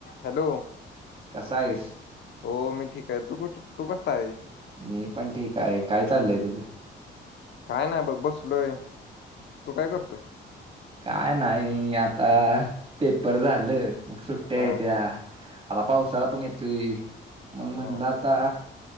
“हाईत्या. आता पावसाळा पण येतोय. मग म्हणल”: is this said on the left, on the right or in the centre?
Right